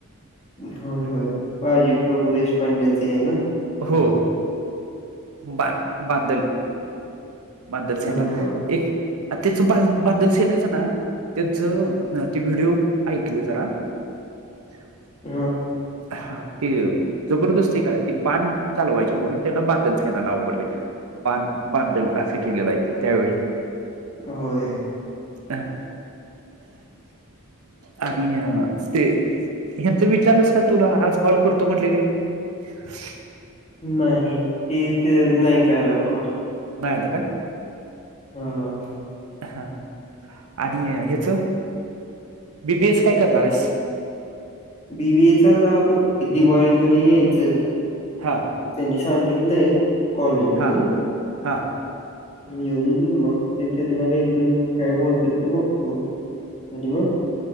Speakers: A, on the left; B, on the right.
A: होय, होय, बाजी प्रभू देशपांडे्यांच आहे ना.
B: हो बा बादल बांदल सेना
A: हां.
B: एक त्याच बांदल सेनेच ना, त्याचं ते व्हिडिओ ऐकले जरा अ्छा,
A: हा,
B: हा,, ती जबरदस्ती काय? बांन चालवायची म्हणून त्यान बांदल सेना नाव वापरलय. बांध, बांधल असं केलेलं आहे ते त्यावेळी.
A: होय,
B: हा,, आणि, ते हच विचारलंस का तुला आज कॉल करतो म्हटलेले? <unintelligible>
A: नाही, तेच नाही काय आला कॉल.
B: नाही आला काय?
A: हम,
B: हा,, आणि ह्याच,, बी, बी, एस काय करणार आहेस?
A: वि ब एचा आता बघु की,, दिवाळीमध्ये यायचं.
B: हां,
A: त्यांनी सांगितलंय,, कॉलेजमधून.
B: हा हा
A: येऊन मग ते त्यांना भेटून काय बोलतात ते बघतो. आणि मग